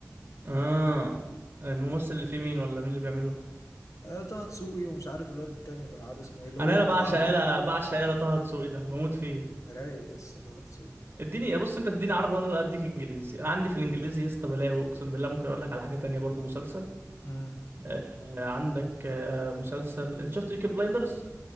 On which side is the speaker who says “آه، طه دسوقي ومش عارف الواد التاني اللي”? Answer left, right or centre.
Left